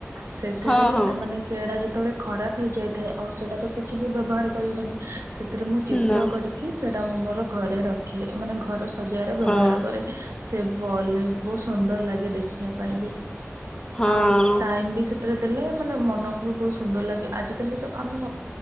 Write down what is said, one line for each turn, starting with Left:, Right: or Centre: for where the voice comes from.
Right: ସେଥିରେ
Left: ହଁ ହଁ
Right: ମାନେ ସେଡା ଯେ କେତେବେଳେ ଖରାପ ହେଇଯାଇଥାଏ ଆଉ ସେଇଟା ତ କିଛି ବି ବ୍ୟବହାର କରିହବନି ସେଥିରେ ମୁଁ ଚିତ୍ର
Left: ନା
Right: କରିକି ସେଇଟା ମୁଁ ମୋର ଘରେ ରଖେ ମାନେ ଘର ସଜେଇାର ବ୍ୟବହାର
Left: ହଁ
Right: କରେ ସେ ବଲେ ବହୁତ ସୁନ୍ଦର ଲାଗେ ଦେଖିବା ପାଇଁ ବି
Left: ହଁ
Right: ଆଉ ଟାଇମ ବି ସେଥିରେ ଦେଲେ ମାନେ ମନକୁ ବି ବହୁତ ସୁନ୍ଦର ଲାଗେ ଆଜିକାଲି ତ ଆମେ